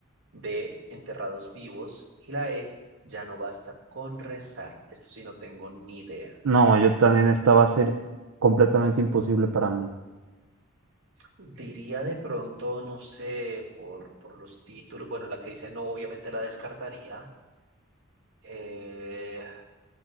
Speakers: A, on the right; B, on the right.
A: D, enterrados vivos. Y la E, ya no basta con rezar. Esto sí no tengo ni idea.
B: No, yo también esta va a ser completamente imposible para mí.
A: Diría de pronto, no sé, por, por los títulos. Bueno, la que dice no, obviamente la descartaría. Eh,